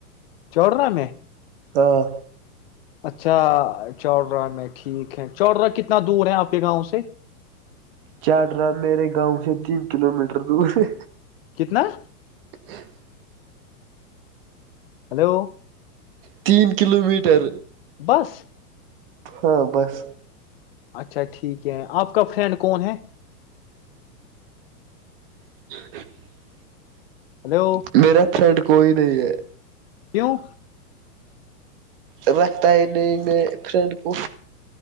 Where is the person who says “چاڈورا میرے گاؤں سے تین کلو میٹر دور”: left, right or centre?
Right